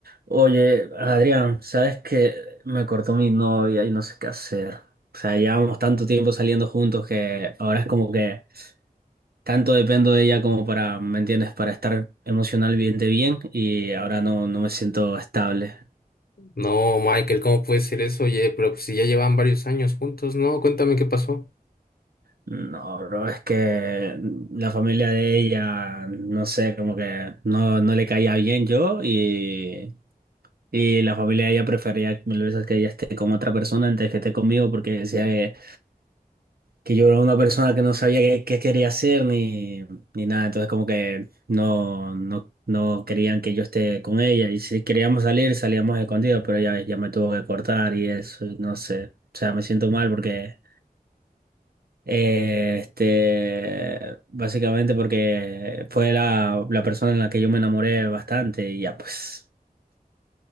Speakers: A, on the right (about 80°); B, on the left (about 75°).
A: Oye, Adrián, sabes que me cortó mi novia y no sé qué hacer. O sea, llevamos tanto tiempo saliendo juntos que ahora es como que tanto dependo de ella como para, ¿me entiendes? Para estar emocionalmente bien y ahora no, no me siento estable.
B: No, Michael, ¿cómo puede ser eso? Oye, pero pues si ya llevan varios años juntos, ¿no? Cuéntame qué pasó.
A: No, bro, es que la familia de ella, no sé, como que no, no le caía bien yo y, y la familia de ella prefería mil veces que ella esté con otra persona antes que esté conmigo porque decía que que yo era una persona que no sabía qué, qué quería hacer ni, ni nada, entonces como que no, no, no querían que yo esté con ella y si queríamos salir salíamos escondidos, pero ya, ves, ya me tuvo que cortar y eso, y no sé, o sea, me siento mal porque, eh, este, básicamente porque fue la, la persona en la que yo me enamoré bastante y ya pues,